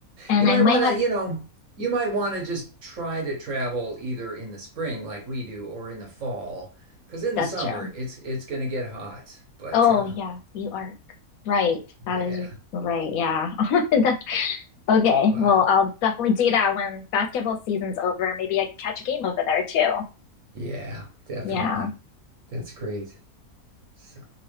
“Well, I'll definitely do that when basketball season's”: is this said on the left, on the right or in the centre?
Left